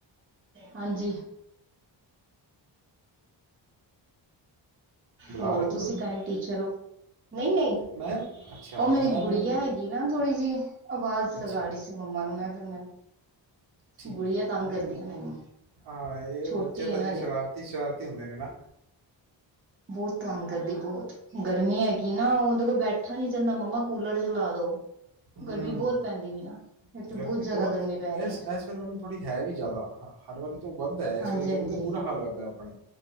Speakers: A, on the right (about 25°); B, on the right (about 55°).
A: ਹਾਂਜੀ।
B: ਬੁਲਾ
A: ਹੋਰ
B: ਰਹੇ ਨੇ
A: ਤੁਸੀਂ
B: ਤੁਹਾਨੂੰ
A: ਕਹਿਣੇ ਟੀਚਰ ਹੋ ਨਹੀਂ ਨਹੀਂ।
B: ਮੈਂ ਅੱਛਾ
A: ਉਹ ਮੇਰੀ
B: ਮੈਂ
A: ਗੁੜੀਆ
B: ਮੈਡਮ
A: ਹੈਗੀ ਨਾ ਥੋੜੀ ਜਿਹੀ ਆਵਾਜ਼
B: ਅੱਛਾ
A: ਲਗਾ ਰਹੀ ਸੀ। ਮੰਮਾ ਨੂੰ ਮੈਂ ਫਿਰ ਮੈਨੂੰ।
B: ਠੀਕ
A: ਗੁੜੀਆ
B: ਹੈ।
A: ਤੰਗ
B: ਨਹ
A: ਕਰਦੀ ਨਾ ਮੈਨੂੰ
B: ਹਾਂ ਇਹ
A: ਛੋਟੀ
B: ਬੱਚੇ
A: ਹੈ
B: ਤਾਂ
A: ਨਾ
B: ਜੀ
A: ਹਜੇ
B: ਸ਼ਰਾਰਤੀ ਸ਼ਰਾਰਤੀ ਹੁੰਦੇ ਨੇ ਨਾ।
A: ਬਹੁਤ ਤੰਗ ਕਰਦੀ ਹ ਬਹੁਤ। ਗਰਮੀ ਹੈਗੀ ਨਾ ਉਹਦੇ ਕੋਲ ਬੈਠਾ ਨੀ ਜਾਂਦਾ ਮੰਮਾ ਕੂਲਰ ਚਲਾ ਦੋ।
B: ਹਮਅਅ
A: ਗਰਮੀ ਬਹੁਤ ਪੈਂਦੀ ਵੀ ਨਾ ਇੱਥੇ
B: ਗਰਮੀ
A: ਜ਼ਿਆਦਾ
B: ਬਹੁਤ
A: ਗਰਮੀ
B: ਇ
A: ਪੈ ਰਹੀ
B: ਇਸ
A: ਹੈ
B: ਇਸ ਵਾਰੀ ਮੈਮ ਥੋੜ੍ਹੀ ਹੈ ਵੀ ਜ਼ਿਆਦਾ ਹਾਂ। ਹਰ ਵਾਰੀ ਤੋਂ ਵੱਧ ਹੈ। ਇਸ
A: ਹਾਂਜੀ
B: ਵਾਰੀ ਗਰਮੀ
A: ਹਾਂਜੀ
B: ਦਾ ਬੁਰਾ ਹਾਲ ਹੋ ਪਿਆ ਆਪਣੇ।